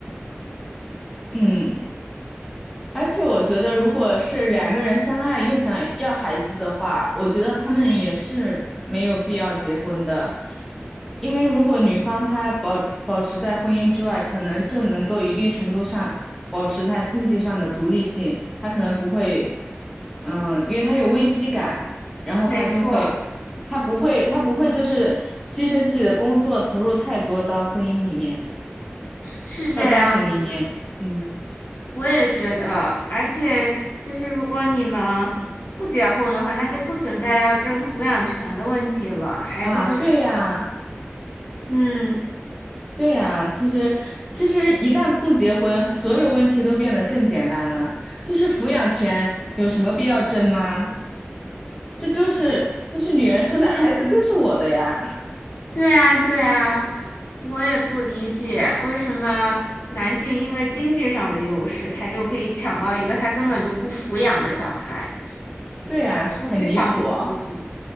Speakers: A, in the centre; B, on the left.
A: 嗯。而且我觉得，如果是两个人相爱又想要孩子的话，我觉得他们也是没有必要结婚的，因为如果女方她保保持在婚姻之外，可能这能够一定程度上保持她经济上的独立性，她可能不会，嗯，因为她有危机感，然后她就会，
B: 没错，
A: 她不会，她不会就是牺牲自己的工作，投入太多到婚姻里面，
B: 是这样子的。
A: 到家庭里面，嗯
B: 我也觉得，而且就是如果你们不结婚的话，那就不存在要争抚养权的问题了。孩子就是，
A: 啊，对呀。
B: 嗯，
A: 对呀，其实其实一旦不结婚，所有问题都变得更简单了。就是抚养权有什么必要争吗？这就是就是女人生的孩子就是我的呀。
B: 对啊，对啊，我也不理解为什么男性因为经济上的优势，他就可以抢到一个他根本就不抚养的小孩，
A: 对呀，
B: 这非常不公平。
A: 很离谱哦